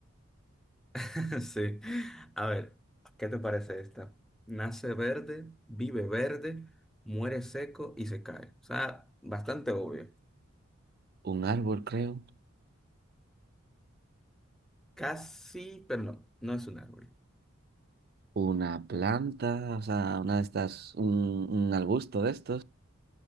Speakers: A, in the centre; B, on the right.
A: <laughs> Sí. A ver, ¿qué te parece esta? Nace verde, vive verde, muere seco y se cae. O sea, bastante obvio.
B: Un árbol, creo.
A: Casi, pero no, no es un árbol.
B: Una planta, o sea, una de estas, un, un arbusto de estos.